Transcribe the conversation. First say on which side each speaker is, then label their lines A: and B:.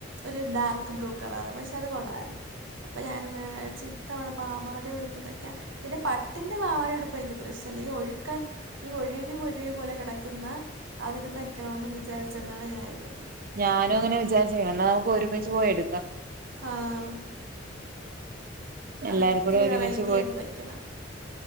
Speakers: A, on the right; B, on the right.
A: ഒരു ഡാർക്ക് ബ്ലൂ കളറ് പക്ഷെ അത് കൊള്ളായിരുന്നു അപ്പൊ ഞാൻ വിചാരിച്ചു ഇത്തവണ പാവാടെയും ഉടുപ്പും തൈക്കാന്ന് പിന്നെ പട്ടിന്റെ പാവാട ഉടുപ്പും എനിക്ക് ഇത്ര ഇഷ്ടമല്ല ഈ ഒഴുക്കൻ ഈ ഒഴുകി ഒഴുകി കിടക്കുന്ന ക്കുന്ന അതിന് തയ്ക്കണന്നും വിചാരിച്ചോണ്ടാണ് ഞാൻ ഇരുന്നത്.
B: ഞാനും അങ്ങനെ വിചാരിച്ച്ർന്നു എന്നാ നമുക്ക് ഒരുമിച്ച് പോയ് എടുക്കാം
A: ആഹ്
B: എല്ലാരും
A: അത്‌ ഒത്തിരി
B: കൂടെ ഒരുമിച്ച്
A: വെറൈറ്റി ആയിട്ട് തയ്ക്കണം